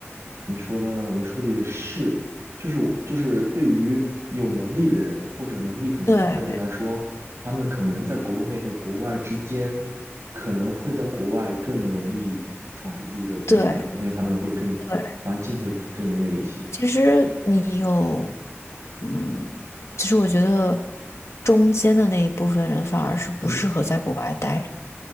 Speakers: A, on the right (about 85°); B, on the left (about 75°).
A: 你说的，你说的也是，就是我就是对于有能力的人或者能力很强的人来说，
B: 对
A: 他们可能在国内和国外之间，可能会在国外更容易闯出自己的天地来，
B: 对
A: 因为他们会更环境会更那个一些。
B: 对，其实你有，嗯，其实我觉得中间的那一部分人反而是不适合在国外待。
A: 嗯